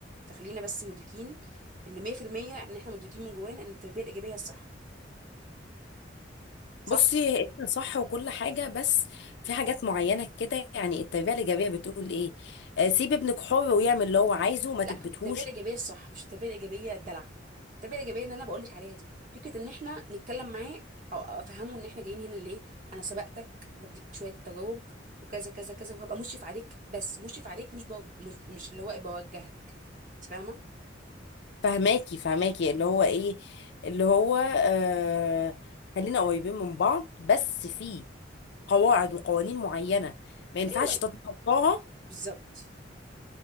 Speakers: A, on the right; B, on the left.
A: فخلينا بس مدركين ان 100% ان احنا مدركين من جوانا ان التربيه الايجابيه الصح صح
B: بصي انت صح وكل حاجة بس في حاجات معينة كده يعني التربية الإيجابية بتقول إيه آه، سيب ابنك حر ويعمل اللي هو عايزه وما
A: لا
B: تكبتهوش
A: التربيه الايجابيه الصح مش التربيه الايجابيه الدلع التربيه الايجابيه اللي انا بقول لك عليها دي فكره ان احنا نتكلم معاه او افهمه ان احنا جايين هنا ليه انا سبقتك وبديك شويه تجارب وكذا كذا كذا وهبقى مشرف عليك بس مشرف عليك مش بوج... مش, مش اللي هو بوجهك انت فاهمه
B: فهماكي فهماكي اللي هو إيه اللي هو آه خلينا قريبين من بعض بس في قواعد وقوانين معينة ما ينفعش
A: ايوه
B: تتخطاها
A: بالظبط